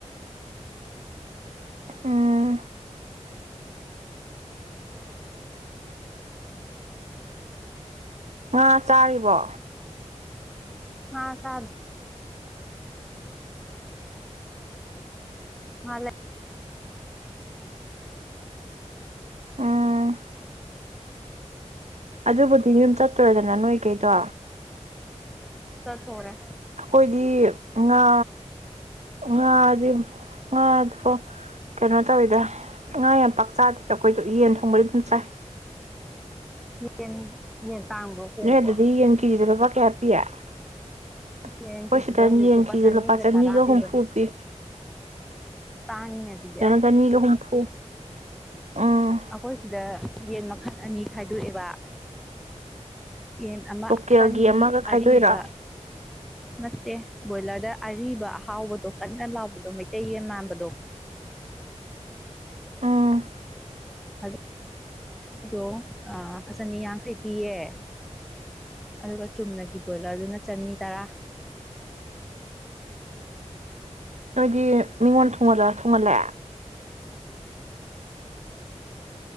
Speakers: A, on the right; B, in the centre.
A: ꯎꯝ ꯑꯥ ꯆꯥꯔꯤꯕꯣ
B: ꯑ ꯁꯥꯖ ꯃꯥꯂ
A: ꯎꯝ ꯑꯗꯨꯕꯨꯗꯤ ꯌꯨꯝ ꯆꯠꯇꯨꯔꯗꯅ ꯅꯣꯏ ꯀꯩꯗꯣ
B: ꯁꯠ ꯍꯔ
A: ꯑꯩꯈꯣꯏꯗꯤ ꯉꯥ ꯉꯥꯗꯤ ꯉꯥꯗꯣ ꯀꯩꯅꯣ ꯇꯧꯋꯤꯗ ꯉꯥ ꯌꯥꯝ ꯄꯥꯛꯆꯥꯥꯗꯦꯗ ꯑꯩꯈꯣꯏ ꯑ ꯌꯦꯟ ꯊꯣꯡꯕꯗꯤ ꯑꯗꯨꯝ ꯆꯥꯏ
B: ꯌꯦꯟ ꯌꯦꯟ ꯇꯥꯡꯕ꯭ꯔꯣ ꯍꯣꯡꯕ꯭ꯔꯣ
A: ꯅꯣꯏ ꯑꯗꯨꯗ ꯌꯦꯟ ꯀꯦꯖꯤꯗ ꯂꯨꯄꯥ ꯀꯌꯥ ꯄꯤꯌꯦ ꯑꯩꯈꯣꯏ
B: ꯌꯦꯟ ꯀꯦꯖꯤꯗ
A: ꯁꯤꯗ
B: ꯍꯧꯖꯤꯛ
A: ꯌꯦꯟꯈꯤꯖꯤꯗ ꯂꯨꯄꯥ ꯆꯅꯤꯒ
B: ꯇꯔꯥ ꯄꯤꯕꯅꯤ
A: ꯍꯨꯝꯐꯨ ꯄꯤ
B: ꯇꯥꯡꯉꯤꯅꯦ ꯑꯗꯨꯗꯤ
A: ꯁꯤꯗꯅ ꯆꯅꯤꯒ ꯍꯨꯝꯐꯨ ꯎꯝ
B: ꯑꯩꯈꯣꯏ ꯁꯤꯗ ꯌꯦꯟ ꯃꯈꯜ ꯑꯅꯤ ꯈꯥꯏꯗꯣꯛꯑꯦꯕ ꯌꯦꯟ ꯑꯃ
A: ꯂꯣꯀꯦꯜꯒꯤ
B: ꯑꯀꯟꯕꯤ
A: ꯑꯃꯒ ꯈꯥꯏꯗꯣꯛꯏꯔꯣ
B: ꯑꯔꯤꯕ ꯅꯠꯇꯦ ꯕꯣꯏꯂꯔꯗ ꯑꯔꯤꯕ ꯑꯍꯥꯎꯕꯗꯣ ꯀꯟꯅ ꯂꯥꯎꯕꯗꯣ ꯃꯩꯇꯩ ꯌꯦꯟ ꯃꯥꯟꯕꯗꯣ
A: ꯎꯝ
B: ꯑꯥꯗꯣ ꯆꯅꯤ ꯌꯥꯡꯈꯩ ꯄꯤꯌꯦ ꯑꯗꯨꯒ ꯆꯨꯝꯅꯒꯤ ꯕꯣꯏꯂꯔꯗꯨꯅ ꯆꯅꯤ ꯇꯔꯥ
A: ꯑꯗꯤ ꯃꯤꯉꯣꯟ ꯊꯣꯡꯍꯜꯂ ꯊꯣꯡꯍꯜꯂꯦ